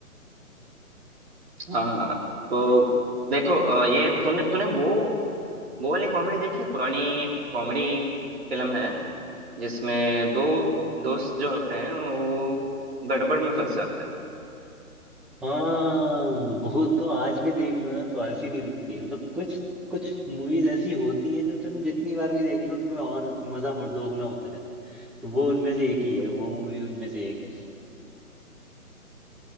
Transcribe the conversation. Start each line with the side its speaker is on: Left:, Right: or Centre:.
Right: हाँ हाँ तो देखो अ, ये तूने तूने वो वो वाली कॉमेडी देखी है पुरानी एक कॉमेडी फिल्म है जिसमें दो दोस्त जो होते हैं वो गड़बड़ में फंस जाते हैं
Centre: हाँ वो तो आज भी देख लो ना तो हंसी नहीं रुकती है मतलब कुछ कुछ मूवीज ऐसी होती हैं जो तुम जितनी बार भी देख लो तुम्हें और मजा बढ़- दोगुना होता रहता है तो वो उनमें से एक ही है वो मूवी उनमें से एक है